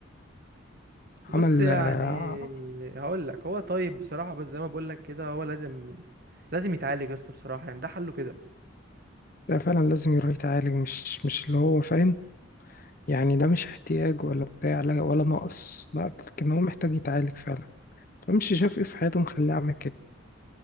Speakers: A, on the right; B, on the left.
A: بص
B: عمل
A: يعني
B: آه،
A: هقول لك هو طيب بصراحه بس زي ما بقول لك كده هو لازم لازم يتعالج يا اسطى بصراحه يعني ده حله كده
B: ده فعلا لازم يروح يتعالج مش مش اللي هو فاهم يعني ده مش احتياج ولا بتاع لا ولا نقص لا لكن هو محتاج يتعالج فعلا فمش شاف ايه في حياته مخليه عمل كده